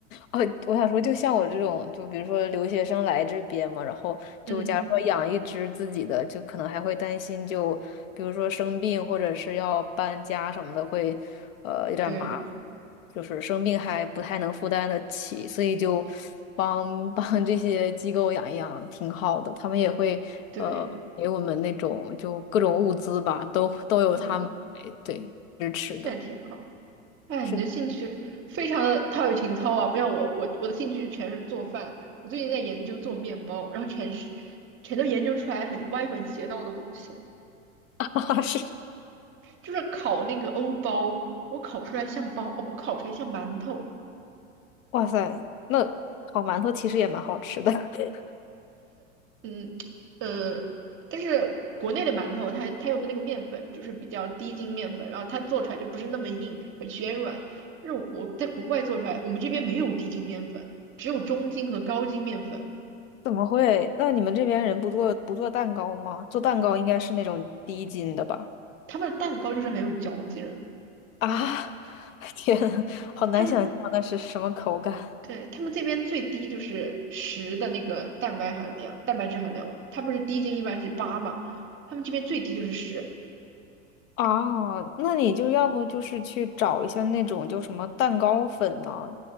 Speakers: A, on the left (about 75°); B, on the right (about 30°).
A: 哦，我想说，就像我这种，就比如说留学生来这边嘛，然后就假如说养一只自己的，
B: 嗯，
A: 就可能还会担心就，比如说生病或者是要搬家什么的，会呃有点麻烦，
B: 对
A: 就是生病还不太能负担得起，所以就帮 <laughs> 帮这些机构养一养挺好的，他们也会呃给我们那种就各种物资吧，
B: 对，
A: 都都有他们来对支持的，
B: 嗯，这也挺好。哎，
A: 是的，
B: 你的兴趣非常的陶冶情操啊，不像我，我我的兴趣全是做饭。我最近在研究做面包，然后全是全都研究出来很歪门邪道的东西，
A: <laughs> 是。
B: 就是烤那个欧包，我烤出来像包，哦，我烤出来像馒头，
A: 哇塞，那烤馒头其实也蛮好吃的。<laughs>
B: 嗯呃，但是国内的馒头它它用的那个面粉就是比较低筋面粉，然后它做出来就不是那么硬，很暄软。但是我在国外做出来，我们这边没有低筋面粉，只有中筋和高筋面粉，
A: 怎么会？那你们这边人不做不做蛋糕吗？做蛋糕应该是那种低筋的吧？
B: 他们的蛋糕就是很有嚼劲
A: 啊，<laughs> 天呐，好难想象那是什么口感
B: 他们对他们这边最低就是十的那个蛋白含量、蛋白质含量，它不是低筋一般是八嘛，他们这边最低就是十。
A: 啊！那你就要不就是去找一下那种叫什么蛋糕粉啊，